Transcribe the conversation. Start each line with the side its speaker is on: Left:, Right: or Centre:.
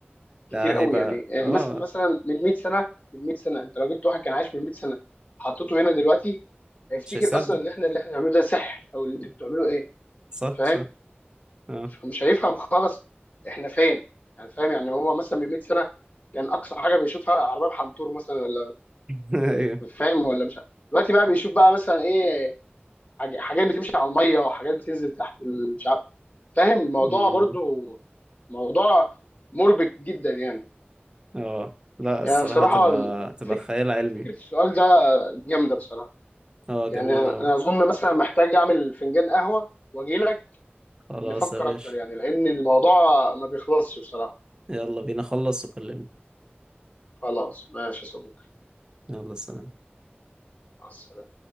Right: ده
Left: كتير قوي
Right: هيبقى
Left: يعني
Right: اه
Left: آه، مس- مثلا من 100 سنه من 100 سنه انت لو جبت واحد كان عايش من 100 سنه حطيته هنا دلوقتي هيفتكر
Right: مش هيصدق
Left: اصلا ان احنا اللي احنا بنعمله ده سحر او اللي انتوا بتعملوه ايه
Right: صح
Left: فاهم
Right: صح اه
Left: فمش هيفهم خالص احنا فين يعني فاهم يعني هو مثلا من 100 سنه كان اقصى حاجه بيشوفها عربيه بحنطور مثلا ولا
Right: <laughs> ايوه
Left: مش فاهم ولا مش عارف. دلوقتي بقى بيشوف بقى مثلا ايه حاج- حاجات بتمشي على الميه وحاجات بتنزل تحت ال- مش عارف فاهم الموضوع
Right: أمم،
Left: برضو موضوع مربك جدا يعني
Right: اه لا
Left: يعني
Right: الصراحة
Left: بصراحة
Right: تبقى تبقى
Left: فك...
Right: خيال علمي
Left: فكرة السؤال ده جامدة بصراحة
Right: اه
Left: يعني
Right: جميل
Left: أنا
Right: اوي
Left: أظن مثلا محتاج أعمل فنجان قهوة وأجي لك
Right: خلاص
Left: نفكر
Right: يا باشا
Left: أكتر يعني لأن الموضوع ما بيخلصش بصراحة
Right: يلا بينا خلص وكلمني
Left: خلاص ماشي يا صديقي
Right: يلا سلام
Left: مع السلامة